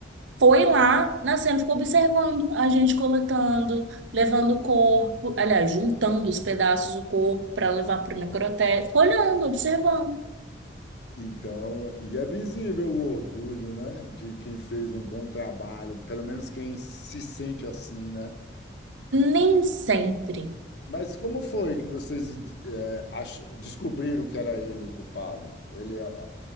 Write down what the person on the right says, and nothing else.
foi lá, na cena ficou observando a gente coletando, levando o corpo, aliás, juntando os pedaços do corpo para levar para o necrotério. Ficou olhando, observando.
Nem sempre.